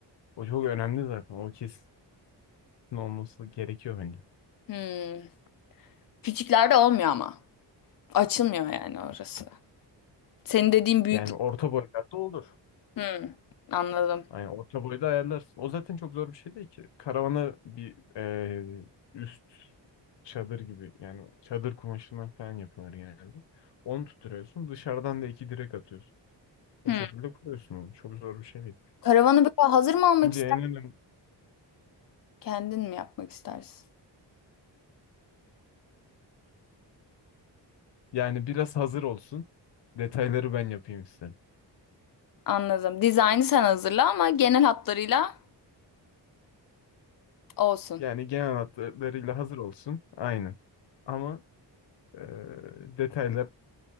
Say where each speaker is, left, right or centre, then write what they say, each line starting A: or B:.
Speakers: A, on the left (about 70°); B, on the left (about 50°).
A: O çok önemli zaten. O kesin olması gerekiyor bence.
B: Hmm. Küçüklerde olmuyor ama. Açılmıyor yani orası. Senin dediğin büyük.
A: Yani orta boylarda olur.
B: Hmm. Anladım.
A: Yani orta boyda ayarlarsın. O zaten çok zor bir şey değil ki. Karavana bir eee, üst çadır gibi yani çadır kumaşından falan yapıyorlar genelde. Onu tutturuyorsun. Dışarıdan da iki direk atıyorsun. O
B: Hmm.
A: şekilde kuruyorsun onu. Çok zor bir şey değil.
B: Karavanı böyle hazır mı almak
A: Bence en önemli
B: Kendin mi yapmak istersin?
A: Yani biraz hazır olsun. Detayları ben yapayım isterim.
B: Anladım. Dizaynı sen hazırla ama genel hatlarıyla olsun.
A: Yani genel hatlarıyla hazır olsun. Aynen. Ama e, detaylara